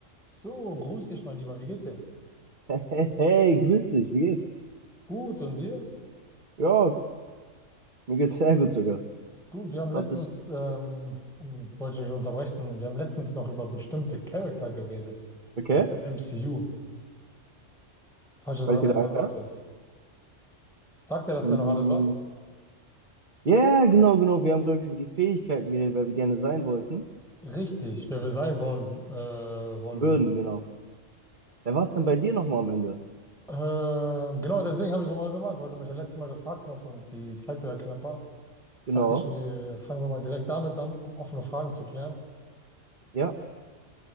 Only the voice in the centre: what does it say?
So, grüß dich, mein Lieber. Wie geht's dir?
Gut, und dir?
Du, wir haben letztens,
ähm, und wollte ich nicht unterbrechen, wir haben letztens noch über bestimmte Charakter geredet
aus dem MCU, falls du
daran
erinnern
solltest.
Sagt er, dass
da noch alles was?
Richtig, wer wir sein wollen, äh, wollen
würden.
Ähm, genau, deswegen habe ich nochmal gemacht, weil du mich ja letztes Mal gefragt hast und die Zeit ja knapp war.
Dachte ich mir, fangen wir mal direkt damit an, um offene Fragen zu klären.